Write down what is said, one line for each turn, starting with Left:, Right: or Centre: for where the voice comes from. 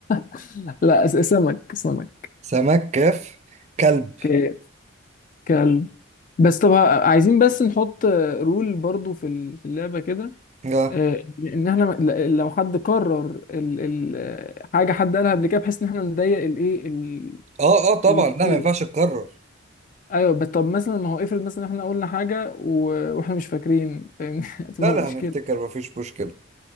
Left: <laughs> لا س- سمك سمك
Right: سمك كاف كلب
Left: ك... كلب بس طب ه- عايزين بس نحط آه، رول برضو في ال- في اللعبة كده
Right: اه
Left: آه، ان احنا ل- لو حد كرر ال ال حاجه حد قالها قبل كده بحيث ان احنا نضيق الايه ال-
Right: اه اه طبعا
Left: الموضوع
Right: لا ما ينفعش تكرر
Left: ايوه بس طب مثلا ما هو افرض مثلا احنا قلنا حاجه و- واحنا مش فاكرين فاهمني <laughs> هتبقى
Right: لا لا
Left: مشكله
Right: هنفتكر ما فيش مشكلة